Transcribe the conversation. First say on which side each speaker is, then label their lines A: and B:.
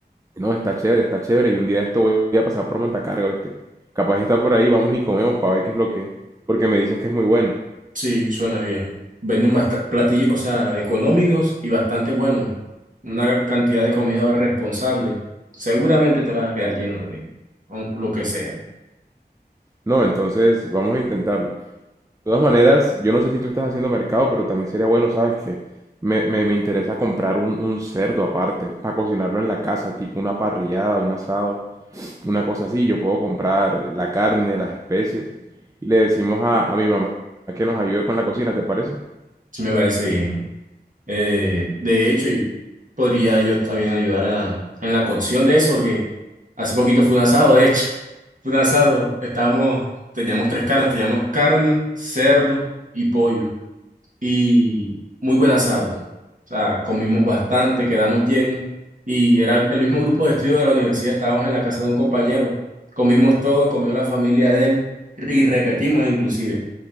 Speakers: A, on the right; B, on the right.
A: no, está chévere, está chévere, y un día de esto voy a pasar por Montacarga, ¿viste? Capaz está por ahí, vamos y comemos para ver qué es lo que es, porque me dices que es muy buena.
B: Sí, suena bien. Venden bast- platillos, o sea, económicos y bastante buenos. Una cantidad de comida responsable. Seguramente te vas a quedar lleno de, aunque lo que sea.
A: No, entonces vamos a intentarlo. De todas maneras, yo no sé si tú estás haciendo mercado, pero también sería bueno, ¿sabes qué? Me, me, me interesa comprar un, un cerdo aparte para cocinarlo en la casa, tipo una parrillada, un asado, una cosa así. Yo puedo comprar la carne, las especies y le decimos a, a mi mamá que nos ayude con la cocina, ¿te parece?
B: Sí, me parece bien. Eh, de hecho, y podría yo también ayudar a, en la cocción de eso, porque hace poquito fue un asado, de hecho. Fue un asado. Estábamos, teníamos tres carnes, teníamos carne, cerdo y pollo. y muy buen asado. O sea, comimos bastante, quedamos llenos y era el el mismo grupo de estudio de la universidad, estábamos en la casa de un compañero, comimos todo, comió la familia de él y repetimos inclusive.